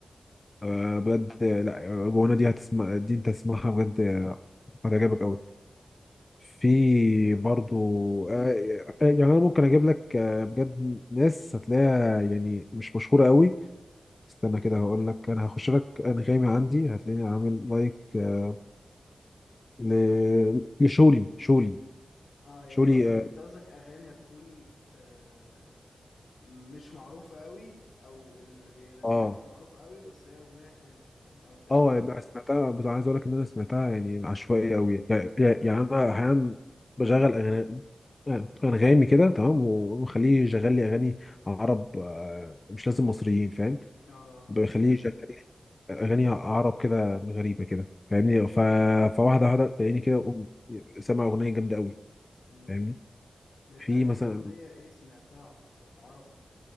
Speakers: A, on the left; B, on the left.
A: آه، بجد آه، لا آه، جوانا دي هتسمع دي انت تسمعها بجد آه، هتعجبك قوي في برضو
B: مم.
A: آه، آه، يعني انا ممكن اجيب لك آه، بجد ناس هتلاقيها يعني مش مشهوره قوي استنى كده هقول لك انا هخش لك انغامي عندي هتلاقيني عامل لايك آه، ل- لشولي شولي
B: اه يعني
A: شولي
B: قصدك
A: اه
B: انت قصدك اغاني هتكون آه مش معروفة قوي او اللي بيغنيها
A: اه
B: مش معروفة قوي بس هي اغنية حلوة فاهم اه فهمت
A: آه، يعني سمعتها بس عايز اقول لك ان انا سمعتها يعني عشوائي قوي يعني, يعني انا احيانا بشغل أغاني- انغامي كده تمام وخليه يشغل لي اغاني عرب آه، مش لازم مصريين فاهم
B: اه
A: بيخليه يشغل لي اغاني عرب كده غريبه كده فاهمني ف... فواحده واحده تلاقيني كده أقوم سامع اغنيه جامده قوي
B: امم
A: فاهمني
B: انت
A: في
B: عارف
A: مثلا
B: في اغنية ايه سمعتها بتاعت عرب